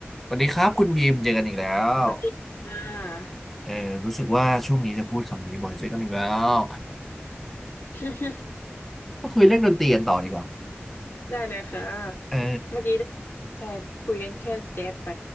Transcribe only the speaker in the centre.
สวัสดีครับคุณบีมเจอกันอีกแล้ว
เออรู้สึกว่าช่วงนี้จะพูดคำนี้บ่อยเจอกันอีกแล้ว
<laughs> ก็คุยเรื่องดนตรีกันต่อดีกว่า
เออ